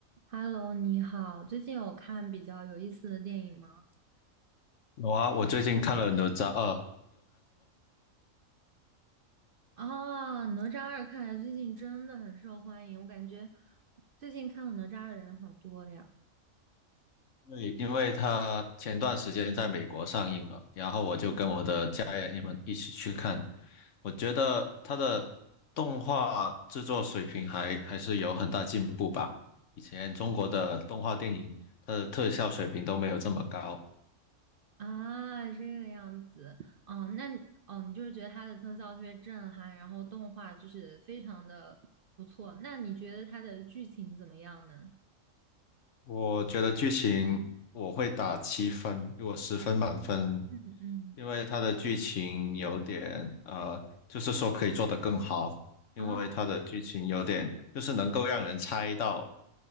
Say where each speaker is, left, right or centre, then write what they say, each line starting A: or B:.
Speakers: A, on the right; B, on the left.
A: Hello，你好，最近有看比较有意思的电影吗？
B: 有啊，我最近看了《哪吒二》，
A: 哦，《哪吒二》看来最近真的很受欢迎，我感觉最近看了《哪吒》的人好多呀。
B: 对，因为它前段时间在美国上映了，然后我就跟我的家人们一起去看。我觉得它的动画制作水平还还是有很大进步吧。以前中国的动画电影，它的特效水平都没有这么高，
A: 啊，这个样子，哦，那你哦，你就是觉得它的特效特别震撼，然后动画就是非常的不错。那你觉得它的剧情怎么样呢？
B: 我觉得剧情我会打七分，我十分满分，
A: 嗯嗯，
B: 因为它的剧情有点呃，就是说可以做得更好，因为它的剧情有点就是能够让人猜到，
A: 啊，